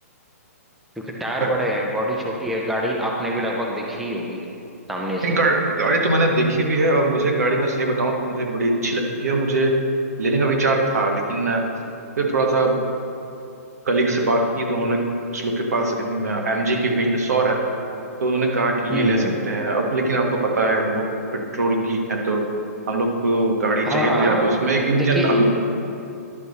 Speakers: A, in the centre; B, on the right (about 80°).
A: क्योंकि टायर
B: है
A: बड़े हैं बॉडी छोटी है गाड़ी आपने भी लगभग देखी ही होगी सामने से
B: नहीं गा, गाड़ी तो मैंने देखी भी है और मुझे गाड़ी मैं सही बताऊं तो मुझे बड़ी अच्छी लगती है मुझे लेने का विचार था लेकिन अ, फिर थोड़ा सा कलीग से बात की तो उन्होंने कुछ लोग के पास एमजी की विंडसर है तो उन्होंने कहा कि
A: हम्म
B: ये ले
A: हम्म
B: सकते हैं अब लेकिन आपको पता है हम लोग पेट्रोल गीक हैं तो हम लोग को गाड़ी चाहिए
A: हाँ
B: तो या तो उसमें एक इंजन
A: देखिए
B: अल-